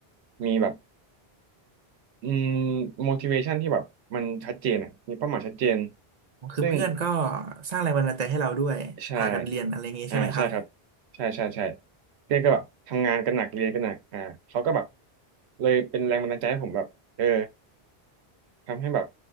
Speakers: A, on the right; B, on the right.
A: มีแบบอืม motivation ที่แบบมันชัดเจนอ่ะมีเป้าหมายชัดเจน
B: คือเพื่อนก็
A: ซึ่ง
B: สร้างแรงบันดาลใจให้เราด้วยพากันเรียนอะไรอย่างงี้ใช่ไหมครับ
A: ใช่อ่าใช่ครับใช่ใช่ใช่เพื่อนก็แบบทำงานกันหนักเรียนกันหนักอ่าเขาก็แบบเลยเป็นแรงบันดาลใจให้ผมแบบเออทำให้แบบ